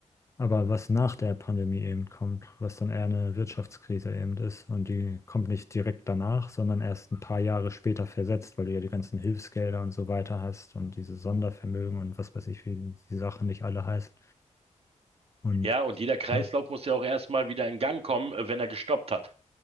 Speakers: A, on the left; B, on the right.
A: Aber was nach der Pandemie eben kommt, was dann eher eine Wirtschaftskrise eben ist. Und die kommt nicht direkt danach, sondern erst ein paar Jahre später versetzt, weil du ja die ganzen Hilfsgelder und so weiter hast und diese Sondervermögen und was weiß ich, wie die Sachen nicht alle heißt. Und
B: Ja, und jeder Kreislauf
A: ja.
B: muss ja auch erstmal wieder in Gang kommen, äh, wenn er gestoppt hat.